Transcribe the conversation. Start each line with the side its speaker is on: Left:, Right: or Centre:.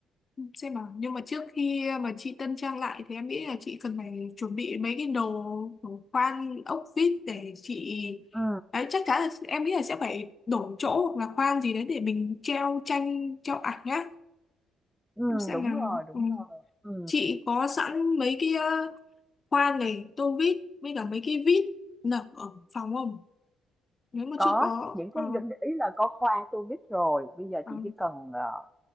Left: Xem nào, nhưng mà trước khi mà chị tân trang lại thì em nghĩ là chị cần phải chuẩn bị mấy cái đồ đồ khoan ốc vít để chị
Centre: ừ
Left: đấy chắc chắn là em nghĩ là sẽ phải đổi chỗ hoặc là khoan gì đấy để mình treo tranh treo ảnh nhá
Centre: ừm,
Left: em xem
Centre: đúng
Left: là
Centre: rồi, đúng
Left: ừ.
Centre: rồi, ừ
Left: chị có sẵn mấy cái ờ, khoan này tô vít với cả mấy cái vít nở ở phòng không nếu mà
Centre: có
Left: chưa có
Centre: những
Left: ờ,
Centre: cái định- ý là có khoa tôi biết rồi bây giờ
Left: ờ.
Centre: chị chỉ cần ờ,